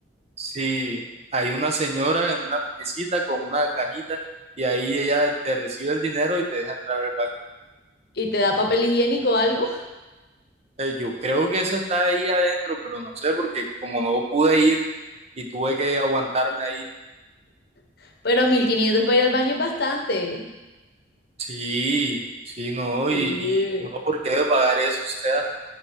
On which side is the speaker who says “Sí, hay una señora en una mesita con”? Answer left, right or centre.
Right